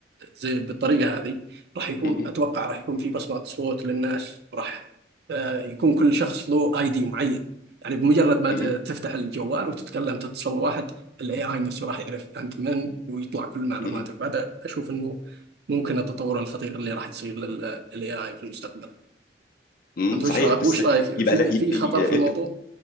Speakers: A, on the right; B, on the left.
A: زي بالطريقة هذه راح يكون
B: م- م-
A: أتوقع راح يكون في بصمة صوت للناس راح آه، يكون كل شخص له اي دي معين يعني بمجرد ما
B: م-
A: ت-
B: م-
A: تفتح الجوال وتتكلم تتصل واحد الاي اي نفسه راح يعرف انت من ويطلع كل معلوماتك
B: م-
A: بعد اشوف انه ممكن التطور الخطير اللي راح يصير للاي اي في المستقبل
B: م-
A: انت
B: صحيح
A: وش رأ-
B: بس
A: وش رايك
B: يبقى
A: في
B: لا ي-
A: في خطر
B: ي-
A: في الموضوع